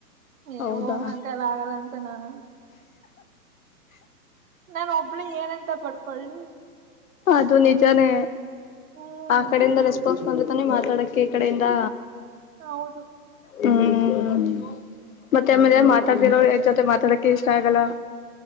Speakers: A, on the right (about 55°); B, on the left (about 55°).
A: ಏ
B: ಹೌದಾ
A: ಹೋಗ ನಂಕ ಎಲ್ಲ ಆಗಲ್ಲ ಅಂತ ನಾನ ನಾನ ಒಬ್ಲೆ ಏನಂತ ನ.
B: ಅದು ನಿಜಾನೇ
A: ಹ್ಮ್
B: ಆ ಕಡೆಯಿಂದ ರೆಸ್ಪಾನ್ಸ್. ಬಂದ ತಾನೆ ಮಾತಾಡಕ್ಕೆ ಈ ಕಡೆಯಿಂದ.
A: ಹೌದು
B: ಹ್ಮ್ ಮತ್ತೆ ಆಮೇಲೆ ಮಾತಾಡ್ತಿರೋರು ಜೊತೆ ಮಾತಾಡಕ್ಕೆ ಇಷ್ಟ ಆಗಲ್ಲ.